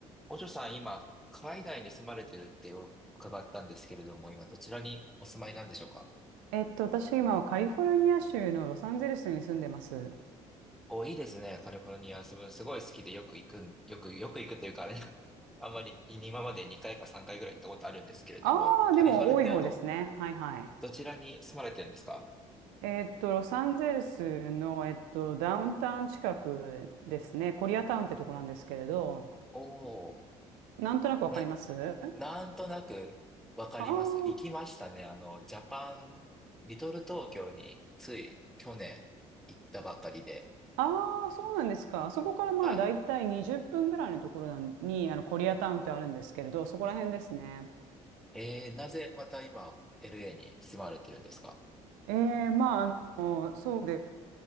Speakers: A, in the centre; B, on the right.
A: お嬢さん、今、海外に住まれてるって伺ったんですけれども、今、どちらにお住まいなんでしょうか
B: えっと、私今はカリフォルニア州のロサンゼルスに住んでます。
A: お、いいですね。カリフォルニア、すごすごい好きでよく行くん、よく、よく行くというか、あれ、<laughs> あんまり今まで2回か3回ぐらい行ったことあるんですけれども、
B: ああ、
A: カリフォルニアの
B: でも多い方ですね。はいはい。
A: どちらに住まれてるんですか
B: えっと、ロサンゼルスの、えっと、ダウンタウン近くですね。コリアタウンってとこなんですけれど、
A: おお
B: なんとなくわかります
A: ー、な、なんとなくわかります。
B: あー
A: 行きましたね。あの、ジャパン、リトル東京につい去年行ったばかりで、
B: あー、そうなんですか。あそこからまあ大体20分ぐらいのところなんに、
A: はい
B: あの、コリアタウンってあるんですけれど、そこら辺ですね。
A: えー、なぜまた今 LA に住まれてるんですか
B: えー、まあ、あの、そうで